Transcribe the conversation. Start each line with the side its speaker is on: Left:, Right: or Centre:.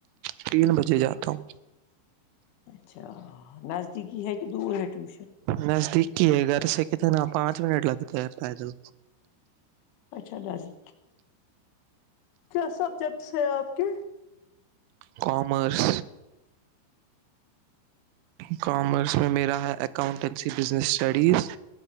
Right: تین بجے جاتا ہوں
Left: اچھا نزدیکی ہے کہ دور ہے ٹیوشن
Right: نزدیک کی ہے گھر سے کتنا پانچ منٹ لگتے ہیں پیدل
Left: اچھا نازر کیا سبجیکٹس ہیں آپ کے
Right: کامرس کامرس میں میرا ہے accountancy business studies